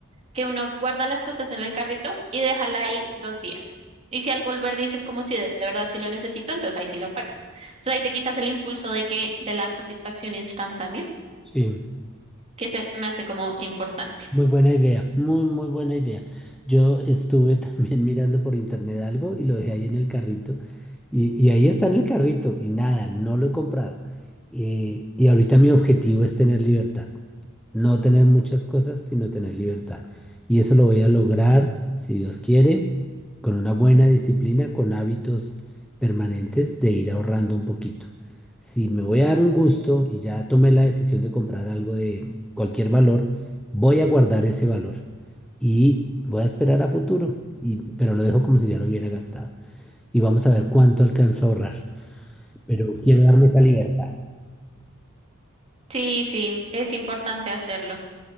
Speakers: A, on the right (about 30°); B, in the centre.
A: que uno guarda las cosas en el carrito y déjala ahí dos días. Y si al volver dices como si de de verdad sí lo necesito, entonces ahí sí lo pagas. Entonces ahí te quitas el impulso de que, de la satisfacción instantánea,
B: Sí.
A: que se me hace como importante.
B: Muy buena idea, muy, muy buena idea. Yo estuve también <laughs> mirando por internet algo y lo dejé ahí en el carrito. Y, y ahí está en el carrito y nada, no lo he comprado. Eh, y ahorita mi objetivo es tener libertad. No tener muchas cosas, sino tener libertad. Y eso lo voy a lograr, si Dios quiere, con una buena disciplina, con hábitos permanentes de ir ahorrando un poquito. Si me voy a dar un gusto y ya tomé la decisión de comprar algo de cualquier valor, voy a guardar ese valor y voy a esperar a futuro, y, pero lo dejo como si ya lo hubiera gastado. Y vamos a ver cuánto alcanzo a ahorrar. Pero quiero darme esa libertad.
A: Sí, sí, es importante hacerlo.